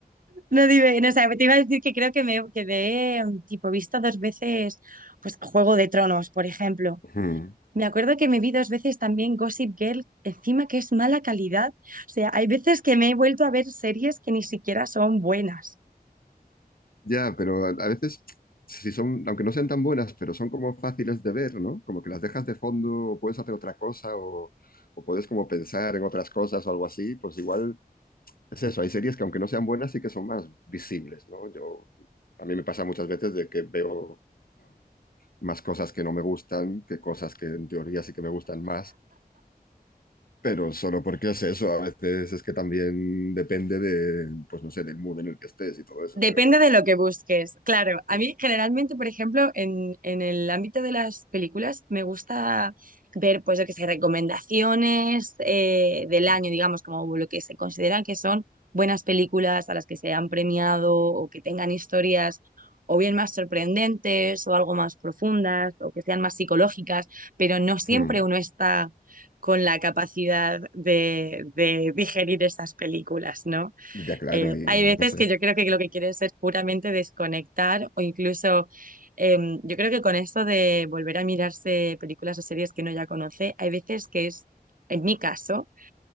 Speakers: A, on the right; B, on the left.
A: no dime, no, o sea, te iba a decir que creo que me, que me he, tipo, visto dos veces, pues, Juego de Tronos, por ejemplo
B: Mm.
A: Me acuerdo que me vi dos veces también Gossip Girl, encima que es mala calidad. O sea, hay veces que me he vuelto a ver series que ni siquiera son buenas.
B: Ya, pero a, a veces, si son, aunque no sean tan buenas, pero son como fáciles de ver, ¿no? Como que las dejas de fondo o puedes hacer otra cosa o, o puedes como pensar en otras cosas o algo así, pues igual es eso. Hay series que aunque no sean buenas sí que son más visibles, ¿no? Yo, a mí me pasa muchas veces de que veo más cosas que no me gustan que cosas que en teoría sí que me gustan más. Pero solo porque es eso, a veces es que también depende de, pues no sé, del mood en el que estés y todo eso,
A: Depende
B: pero...
A: de lo que busques. Claro, a
B: eh,
A: mí generalmente, por ejemplo, en, en el ámbito de las películas, me gusta ver, pues, yo que sé, recomendaciones eh, del
B: mm,
A: año, digamos, como lo que se consideran que son buenas películas a las que se han premiado o que tengan historias o bien más sorprendentes o algo más profundas o que sean más psicológicas, pero no siempre
B: mm. mm.
A: uno está con la capacidad de, de digerir esas películas, ¿no?
B: Ya claro,
A: Eh,
B: y
A: hay veces
B: no sé.
A: que yo creo que lo que quieres es puramente desconectar o incluso eh, yo creo que con esto de volver a mirarse películas o series que uno ya conoce, hay veces que es, en mi caso,